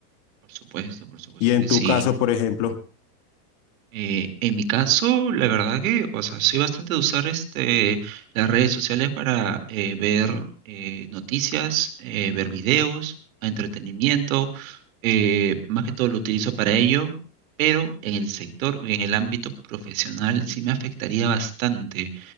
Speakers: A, on the right; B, on the left.
A: por supuesto, por supuesto
B: Y en
A: que
B: tu
A: sí.
B: caso, por ejemplo,
A: Eh, en mi caso, la verdad que, o sea, soy bastante de usar este, las redes sociales para eh, ver eh, noticias, eh, ver videos, entretenimiento, eh, más que todo lo utilizo para ello, pero en el sector, en el ámbito profesional sí me afectaría bastante,